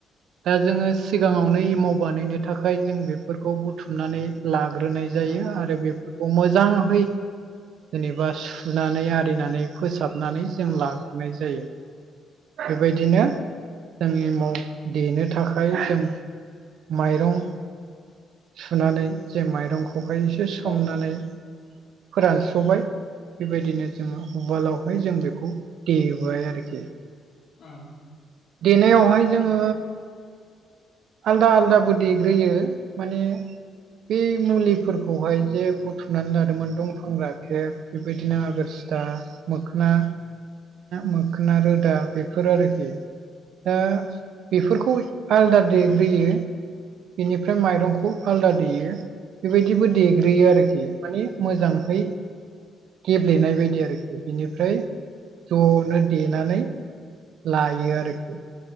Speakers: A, on the right; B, on the left.
A: दा जोङो सिगाङावनो एमाव बानायनो थाखाय जों बेफोरखौ बुथुमनानै ला ग्रोनाय जायो
B: उम
A: आरो बे खौ मोजांहै जेनेबा सुनानै आरिनानै फोसाब नानै जों
B: उम औ उम
A: लाग्रोनाय जायो बेबायदिनो जों एमाव
B: उम
A: देनो था खाय जों माइरं सुनानै जे माइरं खौहाय एसे सोमनानै
B: औ उम औ
A: फोरानस्र'बाय बेबायदिनो जोङो उवालावहाय जों बेखौ देबाय आरोखि
B: उम
A: देनायावहाय जोङो आलदा आलदाबो देग्रोयो माने बे मुलिफोरखौहाय जे बुथुमनानै लादोंमोन दंफां राखेब बेबायदिनो आगोर सिथा मोखना मोखोना रोदा बेफोर आरोखि दा बेफोरखौ आलादा देग्रोयो बेनिफ्राय माइरंखौ आलादा देयो बेबायदिबो देग्रोयो आरोखि माने मोजांहै गेब्लेनाय बायदि आरोखि बिनिफ्राय ज'नो देनानै लायो आरोखि